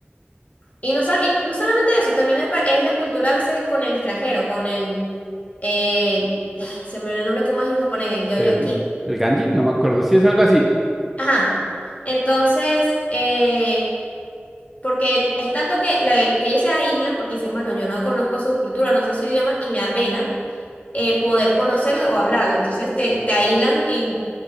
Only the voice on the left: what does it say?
Y no, sol- y no solamente eso, también es, pa- es la cultura a veces con el extranjero, con el... eh, ay, se me olvidó el nombre cómo es en japonés, ya
vi aquí.
Ajá. Entonces, eh, porque es tanto que, la- que ellos se aíslan porque dicen, bueno, yo no conozco su cultura, no sé su idioma y me da pena eh, poder conocerlo o hablarlo. Entonces te, te aíslan y,